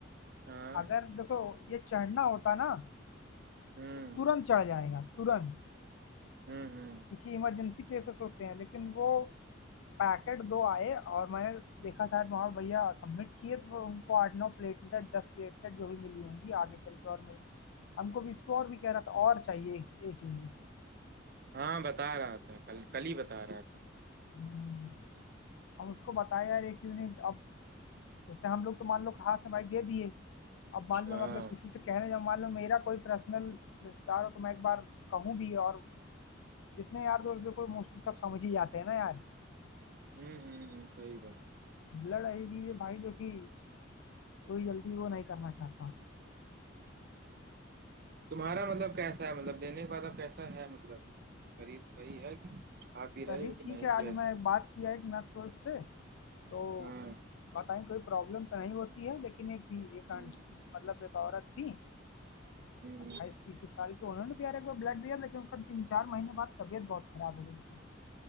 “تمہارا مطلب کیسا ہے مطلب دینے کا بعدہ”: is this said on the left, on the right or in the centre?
Right